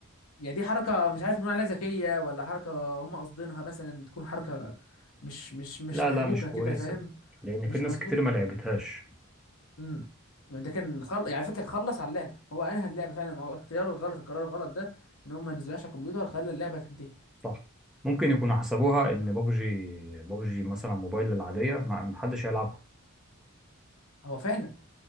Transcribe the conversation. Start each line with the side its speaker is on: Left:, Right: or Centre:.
Left: يعني دي حركه مش عارف نقول عليها ذكيه ولا حركه هم قاصدينها مثلا تكون حركه مش مش مش
Centre: لا
Left: محبوكه
Centre: لا مش كويسة
Left: كده فاهم
Centre: لأن
Left: مش
Centre: في ناس
Left: مظبوطه
Centre: كتير ما لعبتهاش
Left: امم ده كان خل... يعني على فكره خلص على اللعبه هو انهى اللعبه فعلا موضوع الاختيار الغلط القرار الغلط ده ان هم ما نزلوهاش على الكمبيوتر خلى اللعبه تنتهي
Centre: صح ممكن يكونوا حسبوها إن بابجي بابجي مثلا موبايل العادية ما ما حدش هيلعبها
Left: هو فعلا